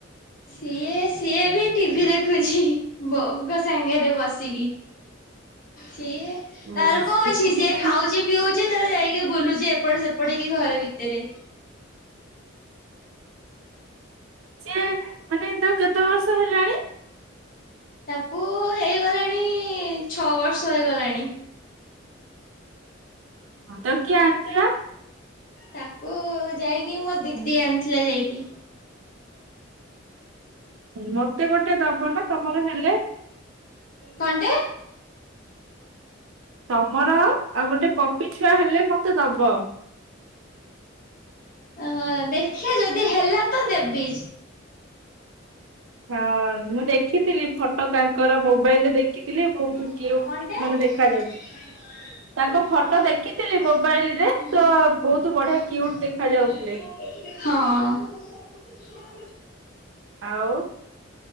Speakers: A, on the left; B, on the right.
A: ସିଏ ସିଏ ବି ଟିଭି ଦେଖୁଛି ବୋଉ ଙ୍କ ସାଙ୍ଗରେ ବସିକି। ସିଏ
B: ଅ,
A: ତାର କଣ ଅଛି
B: ବି ଟିଭି
A: ସିଏ ଖାଉଛି
B: ଦେଖୁ
A: ପିଉଛି ତାର ଯାଇ କି ବୁଲୁଛି ଏପଟେ ସେପଟ ହେଇକି ଘର ଭିତରେ
B: ସେ ମାନେ ତା କେ ତାକୁ କେତେ ବର୍ଷ ହେଲାଣି?
A: କୁ ହେଇଗଲାଣି ଛଅ ବର୍ଷ ହେଇଗଲାଣି।
B: ଓ ତ କିଏ ଆଣିଥିଲା?
A: ତାକୁ ଯାଇକି ମୋ ଦିଦି ଆଣିଥିଲା ଯାଇକି।
B: ମତେ ଗୋଟେ ଗୋଟେ ଦବ ନା ତମର ହେଲେ?
A: କଣଟେ
B: ତମର ଆଉ ଗୋଟେ ପପି ଛୁଆ ହେଲେ ମତେ ଦବ।
A: ଅ ଦେଖିବା ଯଦି ହେଲା ତ ଦେବି।
B: ହଁ ମୁଁ ଦେଖିଥିଲି ଫଟୋ ତାଙ୍କର ମୋବାଇଲ ରେ ଦେଖିଥିଲି ବହୁତ
A: ହଁ।
B: କ୍ୟୁଟ୍ ମାନେ ଦେଖାଯାଉ ତାଙ୍କ ଫଟୋ ଦେଖିଥିଲି ମୋବାଇଲରେ ତ ବହୁତ ବଢିଆ କ୍ୟୁଟ୍ ଦେଖା ଯାଉଥିଲେ ଆଉ।